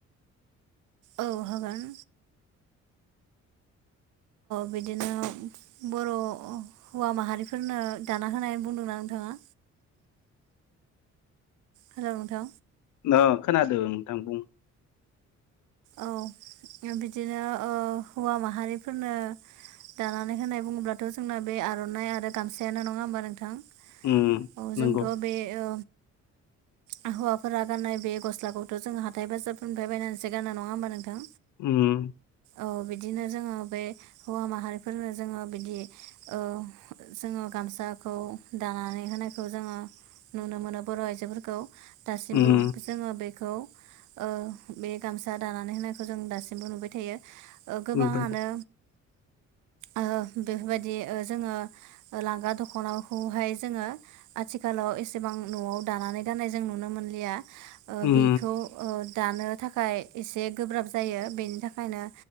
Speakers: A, on the right; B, on the left.
A: औ हागोन
B: <unintelligible>
A: बिदिनो बर' हौवा माहारिफोरनो दाना होनाय बुंदोंना नोंथाङा
B: <unintelligible>
A: हेलौ नोंथा
B: ओ खोनादो नोंथां बुं
A: औ ओ बिदिनो ओ हौवा माहारिफोरनो दानानै होनाय बुङोब्लाथ' जोंना बे आर'नाइ आरो गामसायानो नङा होमबा नोंथां?
B: उम
A: औ जोंथ'
B: नंगौ
A: बे अ आ हौवाफोरा गाननाय बे गस्लाखौथ' जों हाथाय बाजारफोरनिफ्राय बायनानैसो गानो नङा होमबा नोंथां
B: उम
A: औ बिदिनो जोङो बे हौवा माहारिफोरनो जोङो बिदि ओ जोङो गा गामसाखौ दानानै होनाय खौ जोङो नुनो मोनो बर' आइजोफोरखौ दासिमबो
B: उम
A: जोङो बेखौ ओ बे गामसा दानानै होनायखौ जों दासिमबो नुबाय थायो। ओ गोबाङानो
B: नुबाय
A: ओ बेफोरबादि जोङो लांगा दख'नाखौहाय जोङो आथिखाल आव एसेबां न'आव दानानै गाननाय जों नुनो मोनलिया ओ
B: उम
A: बिखौ ओ दानो थाखाय एसे गोब्राब जायो बेनि थाखायनो